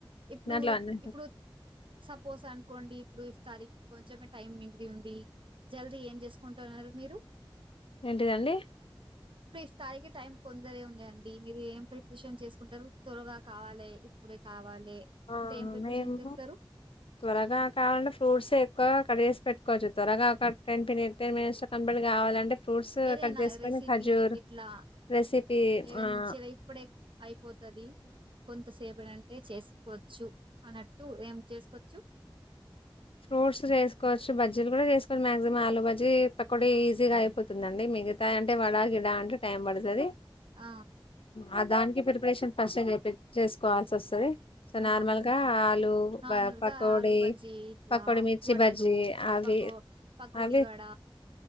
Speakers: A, on the right (about 65°); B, on the left (about 80°).
A: ఇప్పుడు
B: దాంట్లో అన్న
A: ఇప్పుడు సపోజ్ అనుకోండి ఇప్పుడు ఇ తారీఖ కొంచమే టైమ్ మిగిలి ఉంది. జల్దీ ఏం చేసుకుంటున్నారు మీరు
B: ఏంటిదండి
A: ఇప్పుడు ఈ స్థాయికి టైం కొందరే ఉన్నాయండి మీరు ఏం ప్రిప్రిషన్ చేసుకుంటారు త్వరగా, కావాలి ఇప్పుడే కావాలి
B: ఆ
A: అంటే ఏం ప్రిపరేషన్
B: మేము
A: చేస్తారు
B: త్వరగా కావాలంటే ఫ్రూట్స్ ఎక్కువ కట్ చేస్త పెట్టుకోవచ్చు త్వరగా ఒక టెన్పిని టెన్ మినిట్స్ కంప్లీట్ కావాలంటే, ఫ్రూట్స్
A: ఏదైనా
B: కట్ చేసుకొని
A: రెసిపీ
B: ఖజూర్
A: ఇట్లా
B: రెసిపీ
A: ఈవన్
B: ఆహ్,
A: చిల ఇప్పుడే అయిపోత తది కొంత సేప అంటే చేసుకోవచ్చు అన్నట్టు ఏం చేసుకోవచ్చు,
B: ఫ్రూట్స్ చేసుకోవచ్చు బజ్జీలు కూడా చేసుకోవచ్చు మాక్సిమం ఆలుబజ్జీ పకోొడి ఈజీగా అయిపోతుందండి, మీ మిగతా అంటే వడ గిడా అంటే టైం పడుతది
A: ఆ
B: ఆ దానికి ప్రిపరేషన్ ఫస్ట్ చె చేసుకోవాల్సి వస్తది, సో నార్మల్గా
A: ఆహా
B: ఆలు
A: నార్మల్గా
B: పకోడి
A: ఆలు బజ్జీ ఇట్లా
B: పకోడి, మిర్చి
A: వడలు
B: బజీ ఆవి
A: పకో పకోడి
B: ఆ
A: వడ